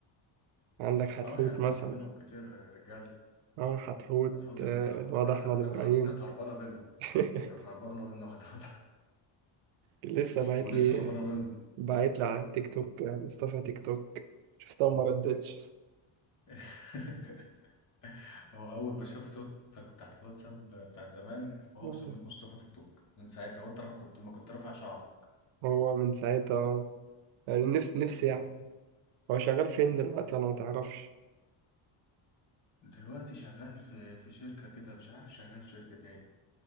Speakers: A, on the right (about 75°); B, on the left (about 35°).
A: عندك حتحوت
B: اه يا عم
A: مثلا
B: في منهم كتير رجالة
A: اه حتحوت
B: هتحط
A: آه،
B: كانت هرب-
A: الواد
B: كانت
A: احمد ابراهيم
B: كانت هربانة منه
A: <laughs>
B: كانت هربانة منه حضرتك
A: لسه
B: <laughs>
A: باعت
B: ولسه
A: لي
B: هربانة منه
A: باعت لي على التيك توك مصطفى تيك توك شفتها وما ردتش
B: <laughs> هو أول ما شاف صورتك بتاعت الواتساب بتاع زمان وهو
A: آه.
B: مسميك مصطفى تيك توك من ساعتها هو ترى كنت ما كنت رافع شعر
A: هو من ساعتها يعني نفسي نفسي يعني هو شغال فين دلوقتي انا ما تعرفش
B: دلوقتي شغال في في شركة كده مش عارف شغال في شركة ايه